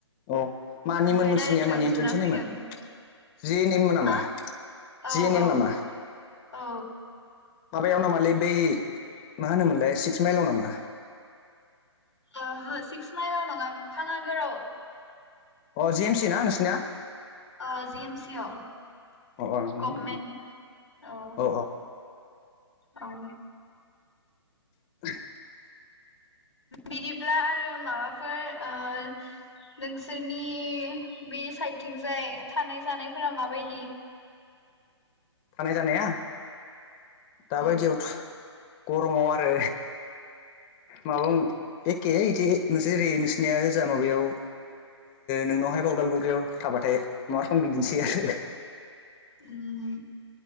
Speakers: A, on the left; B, on the left.
A: अ मानिमोन
B: ओमफ्राय
A: नोंसोरनिया
B: डाइरेक्ट तुयेल्फ
A: मानि एन्ट्रेन्स
B: जोबना
A: होनायमोन
B: फैदों
A: जि एन एम नामा
B: हा। औ
A: जि एन
B: औ
A: एम नामा
B: औ।
A: माबायाव नामालै बै मा होनोमोनलाय सिक्स माइलाव नामा।
B: ओहो सिक्स माइलाव नङा फाङागोराव
A: अ जिएम सि ना नोंसिनिया?
B: ओ जि एम सिव
A: अ अ नंदोंमोन
B: गभमेन्ट औ
A: अ
B: औ।
A: <inaudible>
B: बिदिब्ला आरो माबाफोर ओ नोंसोरनि बे साइडथिंजाय थानाय जानायफोरा माबायदि?
A: थानाय जानाया दाबायदियावथ'
B: औ
A: गरमाव आरो माबा एखे बिदि नोंसोर ओरै नोंसिनिया जेरै ओजा माबायाव ओ नोंनावहाय उदालगुरियाव थाबाथाय मा रखम बिदिनोसै आरो।
B: उम